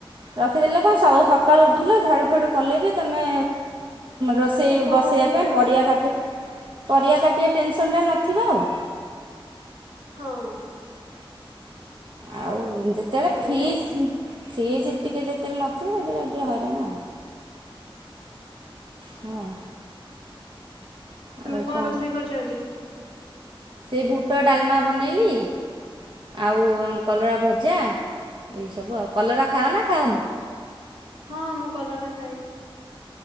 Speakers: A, on the right; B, on the right.
A: ରଖିଦେଲେ କ ସ ସକାଳୁ ଉଠିଲ ଝାଡ଼ୁ ଫାଡ଼ୁ କଲେ ବି ତମେ ରୋଷେଇ
B: ଟିକେ ସହଜ
A: ବସେଇବା
B: ହୁଏ
A: ପାଇଁ
B: ଆଉ
A: ପରିବା କାଟି ପରିବା କାଟିବା ଟେନସନ୍ଟା ନଥିବ ଆଉ।
B: ହଁ।
A: ଆଉ ଯେତେବେଳେ
B: ଭଲ
A: ଫ୍ରିଜ୍
B: ଆଉ
A: ଫ୍ରିଜ୍ ଟିକେ ଯେତେବେଳେ ନଥିବ ହେବେଳିଆ ଟିକେ ହଇରାଣ ଆଉ। ହଁ।
B: ତମେ
A: ଆଉ କଣ
B: ରୋଷେଇ କରିଛ ଆଜି?
A: ସେଇ ବୁଟ ଡାଲମା ବନେଇଲି ଆଉ କଲରା ଭଜା ଏଇସବୁ ଆଉ କଲରା ଖାଅ ନା ଖାଅନି?
B: ହଁ ମୁଁ କଲରା ଖାଏ।